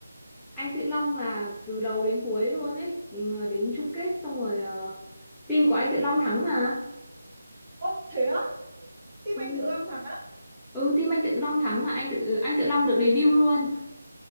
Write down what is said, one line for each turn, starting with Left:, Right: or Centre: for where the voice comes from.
Centre: anh Tự Long là từ đầu đến cuối luôn ấy ừ, đến chung kết xong rồi ờ, team của anh Tự Long thắng mà
Right: Ồ thế á? Team
Centre: ừ,
Right: anh Tự Long thắng á?
Centre: ừ team anh Tự Long thắng mà anh Tự anh Tự Long được debut luôn